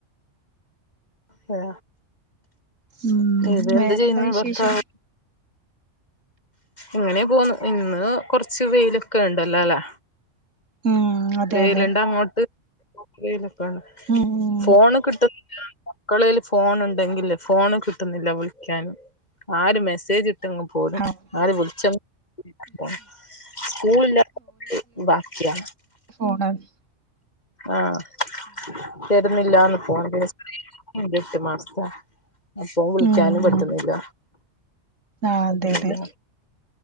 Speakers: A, on the left (about 35°); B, on the right (about 80°).
A: ഹേ
B: ഉം
A: ഇതെന്ത്
B: വേറെന്താ
A: ചെയ്യുന്നു
B: വിശേഷം
A: ഭർത്താവ് ഇങ്ങനെ പോന്ന് ഇന്ന് കൊർച്ച് വെയിലൊക്കെ ണ്ടല്ലോ ല്ലേ
B: ഉം അതെ
A: വെയില്ണ്ടോ
B: അതെ
A: അങ്ങോട്ട് വെയിലൊക്കെണ്ട്
B: ഉം ഉം
A: ഫോണ് കിട്ട്മ്പോ മക്കളേൽ ഫോണ് ണ്ടെങ്കില് ഫോണ് കിട്ട്ന്നില്ല വിളിക്കാന് ആര് മെസ്സേജ് ഇട്ട പോലും
B: ആഹ്
A: ആര് വിളിച്ച സ്കൂളില്ല അപ്പ ഫുള്ള് ബാക്കിയാ
B: ഫോണടിച്ച്
A: ആഹ് തര്ന്നില്ലാന്ന് ഫോണ് തെ ട്ട് മാസാ ഫോൺ വിളിക്കാനും
B: ഉം
A: പറ്റ്ന്നില്ല
B: ഉം ആഹ്
A: അപ്പ
B: അതെ
A: പിന്നെ
B: അതെ